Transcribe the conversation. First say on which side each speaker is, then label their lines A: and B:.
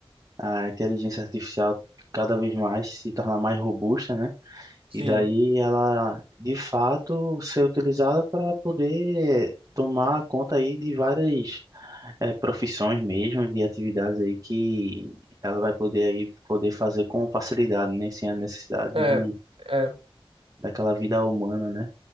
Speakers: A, on the right; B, on the right.
A: a inteligência artificial cada vez mais se tornar mais robusta, né?
B: Sim,
A: E daí ela, de fato, ser utilizada para poder tomar conta aí de várias eh, profissões mesmo, de atividades aí que ela vai poder aí poder fazer com facilidade, né? Sem a necessidade
B: é,
A: de
B: é,
A: daquela vida humana, né?